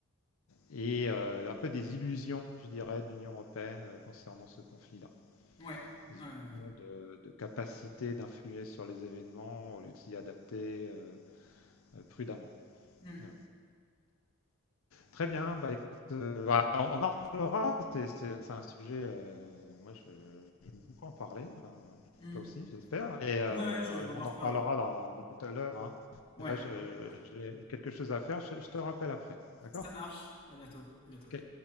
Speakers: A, on the left (about 80°); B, on the left (about 25°).
A: et euh, un peu des illusions, je dirais, de l'Union européenne euh, concernant ce conflit-là.
B: Ouais,
A: Des
B: ouais, ouais.
A: illusions de, de capacité d'influer sur les événements au lieu de s'y adapter euh, euh, prudemment.
B: ouais.
A: Ouais. Très bien, bah écoute, euh, voilà, on on en reparlera, c'est- un sujet, euh, moi je- j'aime beaucoup en parler, euh,
B: Hmm.
A: toi
B: Hmm.
A: aussi j'espère, et euh,
B: Ouais, ouais, je- on
A: on
B: en reparle.
A: en reparlera dans, tout à l'heure. hein.
B: Ouais,
A: Et Là je- j'ai quelque chose à faire, je, je te rappelle après, d'accord?
B: ça marche. À bientôt. À bientôt.
A: Ok.